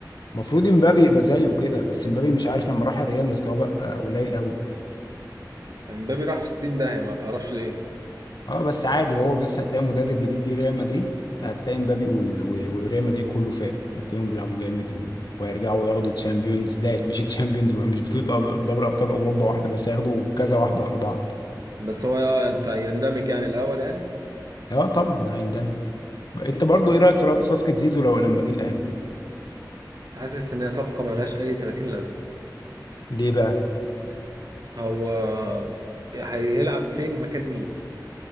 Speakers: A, on the left (about 65°); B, on the right (about 55°).
A: المفروض امبابي يبقى زيه كده بس امبابي مش عارف لما راح الريال مستواه بقى قليل قوي
B: امبابي راح في 60 داهيه ما تعرفش ليه
A: اه بس عادي هو بس هتلاقي مدرب جديد جه ريال مدريد هتلاقي مبابي وال- و- وريال مدريد كله فاق هتلاقيهم بيلعبوا جامد و... ويرجعوا ياخدوا تشامبيونز لا مش تشامبيونز مش بطولة أب- دوري ابطال اوروبا واحدة بس هياخدوا كذا واحدة ورا بعض
B: بس هو آه، انت يندمج يعني الاول يعني
A: اه طبعا هيندمج انت برضو ايه رأيك في صفقة زيزو لو لما جه الاهلي
B: حاسس ان هي صفقه ملهاش اي 30 لازمه
A: ليه بقى؟
B: هو هيلعب فين مكان مين